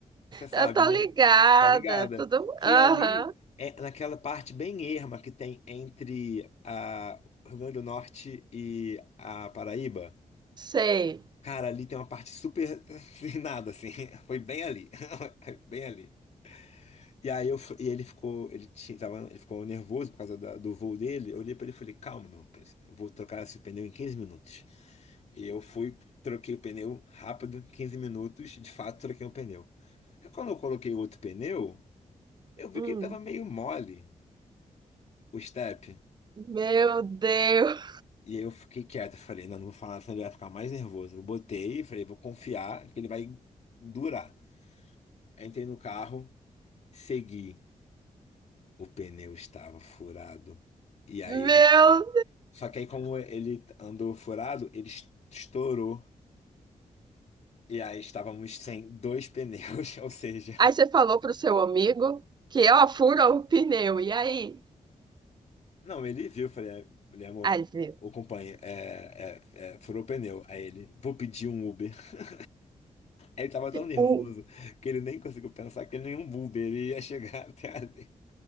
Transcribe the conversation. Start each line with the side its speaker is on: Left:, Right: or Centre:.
Left: você sabe,
Right: eu tô
Left: né?
Right: ligada.
Left: Tá ligada.
Right: Tudo.
Left: Foi
Right: Aham,
Left: ali, é, naquela parte bem erma que tem entre a o Rio Grande do Norte e a Paraíba.
Right: sei.
Left: Cara, ali tem uma parte super <laughs> sem nada, assim. <laughs> Foi bem ali. <laughs> Bem ali. E aí eu, fu- e ele ficou, ele tinha, tava, ele ficou nervoso por causa da- do voo dele. Eu olhei pra ele e falei, calma, meu príncipe, eu vou trocar esse pneu em 15 minutos. E eu fui, troquei o pneu rápido, 15 minutos, de fato troquei o pneu. Aí quando eu coloquei outro pneu, eu vi
Right: Hum.
Left: que ele tava meio mole, o step.
Right: Meu Deus.
Left: E aí eu fiquei quieto, falei, não, não vou falar nada, senão ele vai ficar mais nervoso. Eu botei, falei, vou confiar que ele vai durar. Aí Entrei no carro, segui. O pneu estava furado. E aí
Right: Meu
Left: ele. Só que aí, como ele andou furado, ele estourou. E aí estávamos sem dois pneus, <laughs> ou seja.
Right: Aí você falou pro seu amigo que, ó, fura o pneu. E aí?
Left: Não, ele viu, eu falei, "É, falei, amor,
Right: Aí, vê,
Left: o companheiro é, é, é, furou o pneu. Aí ele, vou pedir um Uber. <laughs> ele tava tão nervoso
Right: o,
Left: que ele nem conseguiu pensar que nenhum Uber ele ia chegar <laughs> até ali.